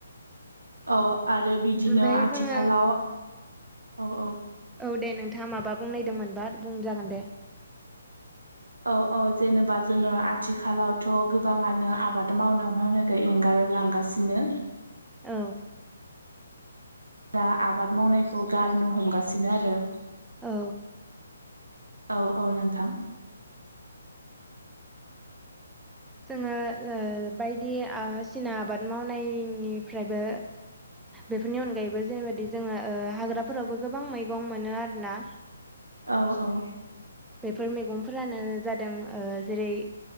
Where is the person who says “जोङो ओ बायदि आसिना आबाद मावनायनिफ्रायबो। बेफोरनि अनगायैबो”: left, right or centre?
Centre